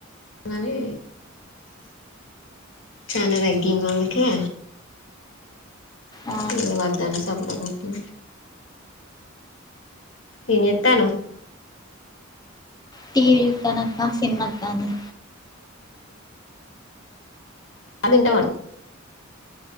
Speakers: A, on the left; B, on the left.
A: కానీ చానా తగ్గీంగా క
B: ఆ
A: ధన్వాద్దాను సబ అగకు ఏం జేత్తానవ్
B: టీవీ జూత్తాన్నక్క సినిమా అత్తంది
A: అదింటావా